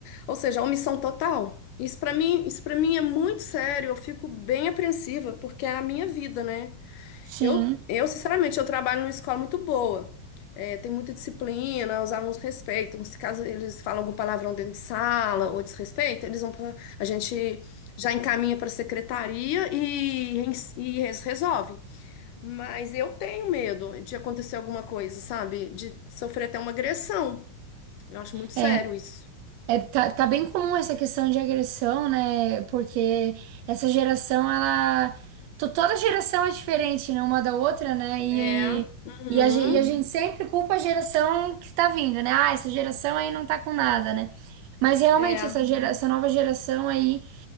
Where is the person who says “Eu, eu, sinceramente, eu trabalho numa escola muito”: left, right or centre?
Left